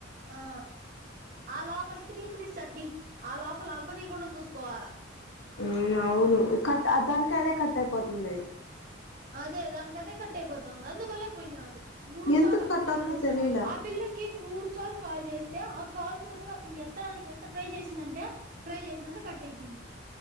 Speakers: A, on the right; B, on the left.
A: ఆ ఆ లోపాల త్రీ మినిట్స్ సట్టి ఆ లోపల అవ్వనీకుండా చూసుకోవాలా
B: హుమ్ అవును కట్ దానికి అదే కట్ అయిపోతుంది
A: అదే దానికి కదే కట్టేపోతంది అందు వల్లే పోయింది అది మూడు
B: ఎందుకు
A: సార్లు ఆ
B: కట్
A: పిల్ల కాల్
B: అవుతుందో
A: చేసిన
B: తెలియలే
A: ఆ పిల్లకి మూడు సార్లు కాల్ చేస్తే ఆ కాల్స్ లో కూడా ఆ పి ఎత్తడానికి ఎంత ట్రై చేసిందంటే ట్రై చేసిందంట కట్ అయిపోయింది.